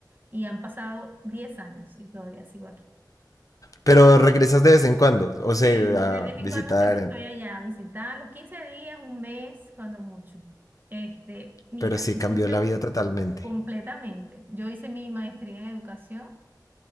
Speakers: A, on the right; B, on the left.
A: Y han pasado diez años y todavía sigo aquí.
B: Pero regresas de vez en cuando, o sea,
A: Sí, de vez
B: a
A: en
B: visitar,
A: cuando siempre estoy allá a visitar, los 15 días, un mes, cuando mucho. Este, mira,
B: pero sí,
A: entonces,
B: cambió la vida totalmente.
A: completamente. Yo hice mi maestría en educación